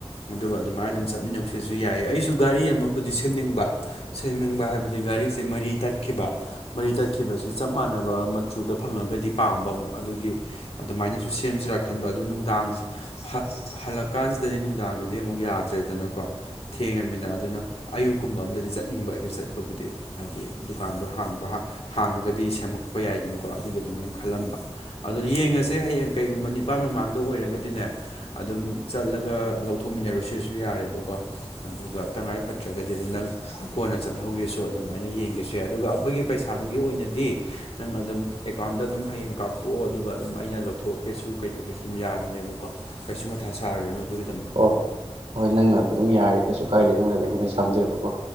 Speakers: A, on the left; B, on the right.
A: ꯑꯗꯨꯒ ꯑꯗꯨꯃꯥꯏꯅ ꯑꯗꯨꯝ ꯆꯠꯃꯤꯟꯅꯧꯁꯤꯁꯨ ꯌꯥꯏ ꯑꯩꯁꯨ ꯒꯥꯔꯤ ꯑꯃꯕꯨꯗꯤ ꯁꯦꯝꯅꯤꯡꯕ ꯁꯦꯝꯅꯤꯡꯕ ꯍꯥꯏꯕꯗꯤ ꯒꯥꯔꯤꯁꯦ ꯃꯔꯤ ꯇꯠꯈꯤꯕ ꯃꯔꯤ ꯇꯠꯈꯤꯕꯁꯤ ꯆꯞ ꯃꯥꯟꯅꯕ ꯃꯆꯨꯗ ꯐꯪꯉꯒꯗꯤ ꯄꯥꯝꯕ ꯑꯃꯨꯛ ꯑꯗꯨꯒꯤ ꯑꯗꯨꯃꯥꯏꯅꯁꯨ ꯁꯦꯝꯁꯤꯔꯥ ꯈꯟꯕ ꯑꯗꯨ ꯅꯨꯡꯗꯥꯡ ꯍꯜꯂꯛꯀꯥꯟꯁꯤꯗꯗꯤ ꯅꯨꯡꯗꯥꯡꯗꯗꯤ ꯑꯃꯨꯛ ꯌꯥꯗ꯭ꯔꯦꯗꯅꯀꯣ ꯊꯦꯡꯉꯃꯤꯅ
B: ꯎꯝ
A: ꯑꯗꯨꯅ ꯑꯌꯨꯛꯀꯨꯝꯕ ꯑꯝꯗꯗꯤ ꯆꯠꯅꯤꯡꯕ ꯑꯁꯨ ꯆꯠꯄꯕꯨꯗꯤ ꯍꯥꯏꯗꯤ ꯗꯨꯀꯥꯟꯗꯣ ꯍꯥꯡꯕ ꯍꯥꯡꯉꯒꯗꯤ ꯁꯦꯝꯃꯛꯄ ꯌꯥꯏꯗꯅꯀꯣ ꯑꯗꯨꯒꯤ ꯑꯗꯨꯃꯥꯏꯅ ꯈꯜꯂꯝꯕ
B: ꯎꯝ
A: ꯑꯗꯣ ꯌꯦꯡꯉꯁꯤ ꯁꯦ ꯍꯌꯦꯡ ꯀꯩꯒꯨꯝꯕ ꯅꯤꯄꯥꯜ ꯃꯃꯥꯡꯗ ꯑꯣꯏꯔꯒꯗꯤꯅꯦ ꯑꯗꯨꯝ ꯆꯠꯂꯒ ꯂꯧꯊꯣꯛꯃꯤꯟꯅꯔꯨꯁꯤꯁꯨ ꯌꯥꯔꯦꯕꯀꯣ ꯑꯗꯨꯒ ꯇꯉꯥꯏ ꯐꯗ꯭ꯔꯒꯗꯤ ꯑꯗꯨꯝ ꯅꯪ ꯀꯣꯟꯅ ꯆꯠꯍꯧꯒꯦꯁꯨ ꯑꯗꯨꯃꯥꯏꯅ ꯌꯦꯡꯒꯦꯁꯨ ꯌꯥꯏ ꯑꯗꯨꯒ ꯑꯩꯈꯣꯏꯒꯤ ꯄꯩꯁꯥꯗꯨꯒꯤ ꯑꯣꯏꯅꯗꯤ ꯅꯪ ꯑꯗꯨꯝ ꯑꯦꯀꯥꯎꯟꯗ ꯑꯗꯨꯝ ꯍꯌꯦꯡ ꯀꯥꯞꯄꯣꯛꯑꯣ ꯑꯗꯨꯒ ꯑꯗꯨꯝ ꯑꯩꯅ ꯂꯧꯊꯣꯛꯑꯀꯦꯁꯨ ꯀꯩꯗꯧꯒꯦꯁꯨ ꯑꯗꯨꯝ ꯌꯥꯔꯅꯦꯕꯀꯣ ꯀꯩꯁꯨ ꯃꯊꯥ ꯁꯥꯔꯨꯔꯅꯣ ꯑꯗꯨꯒꯤꯗ
B: ꯍꯣꯏ ꯍꯣꯏ ꯍꯣꯏ ꯅꯪꯅꯕ ꯑꯗꯨꯝ ꯌꯥꯔꯦ ꯀꯩꯁꯨ ꯀꯥꯏꯗꯦ ꯑꯗꯨꯝꯅꯗ ꯑꯩꯉꯣꯟꯗ ꯁꯝꯗꯣꯏꯕꯀꯣ